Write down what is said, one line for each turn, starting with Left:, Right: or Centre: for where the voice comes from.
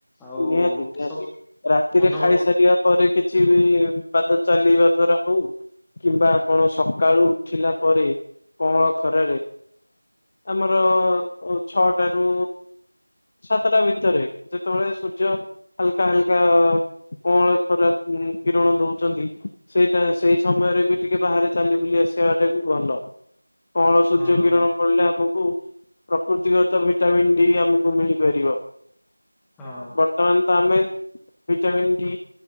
Centre: ଆଉ
Left: ନିହାତି ନିହାତି
Centre: ସବୁ
Left: ରାତିରେ
Centre: ମନ
Left: ଖାଇସାରିବା
Centre: ହଁ
Left: ପରେ କିଛି ପାଦ ଚାଲିବା ଦ୍ଵାରା ହଉ କିମ୍ବା ଆପଣ ସକାଳୁ ଉଠିଲା ପରେ କଅଁଳ ଖରାରେ ଆମର ଛଅଟ ରୁ ସାତଟା ଭିତରେ ଯେତେବେଳେ ଯୋଉ ହଲକା ହଲକା। କଣ ଖରା କିରଣ ଦଉଛନ୍ତି ସେଇଟା ସେଇ ସମୟରେ ବି ଟିକେ ବାହାରେ ଚାଲି ବୁ ଆସ ସେବାଟା ବି ଭଲ କଳ ସୂର୍ଯ୍ୟ
Centre: ହଁ ହଁ
Left: କିରଣ ପଡିଲେ ଆମକୁ ପ୍ରକୃତିଗତ ଭିଟାମିନ ଡି ଆମକୁ ମିଳିପାରିବ।
Centre: ହଁ।
Left: ବର୍ତ୍ତମାନ ତ ଆମେ ଭିଟାମିନ୍ ଡି